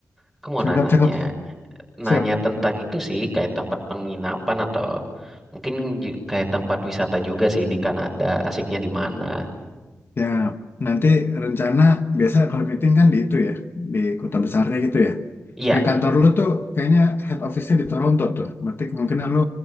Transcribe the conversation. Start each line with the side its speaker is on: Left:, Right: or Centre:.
Centre: Aku mau
Left: Cakep,
Centre: nanya-nanya.
Left: cakep. Siap.
Centre: Nanya tentang itu sih, kayak tempat penginapan atau mungkin ju- kayak tempat wisata juga sih di Kanada. Asiknya di mana?
Left: Ya, nanti rencana biasa kalau meeting kan di itu ya, di kota besarnya gitu ya.
Centre: Iya,
Left: Kayak kantor lu tuh kayaknya head office-nya di Toronto tuh. Berarti kemungkinan lu